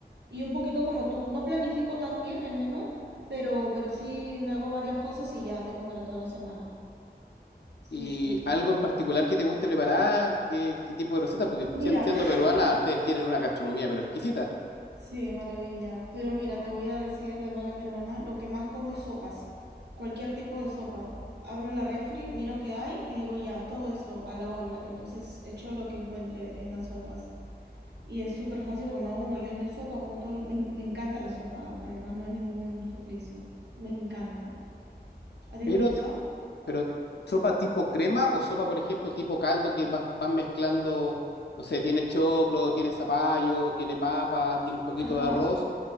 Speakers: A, on the right; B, on the left.
A: Y un poquito como tú, no planifico tan bien el menú, pero, pero sí me hago varias cosas y ya tengo para toda la semana. Sí,
B: ¿Y
A: sí.
B: algo en particular que te guste preparar? ¿Qué, qué tipo de recetas? Porque
A: Mira,
B: sien- siendo
A: <laughs>
B: peruana, ustedes tienen una gastronomía, pero exquisita.
A: sí, maravilla. Pero mira, te voy a decir de mala peruana, lo que más como es sopas. Cualquier tipo de sopa. Abro la refri, miro qué hay y digo ya, todo esto a la olla. Entonces echo lo que encuentre en las sopas. Y es súper fácil porque me hago un hoyón de sopa, como todo lo... Me, en- me encanta la sopa, ¿ah? además no es ningún suplicio. Me encanta. ¿A ti
B: Pero,
A: te gusta?
B: te gu- pero sopa tipo crema o sopa, por ejemplo, tipo caldo que vas, vas mezclando, no sé, tiene choclo, tiene zapallo, tiene papa, tiene un poquito
A: Ajá,
B: de arroz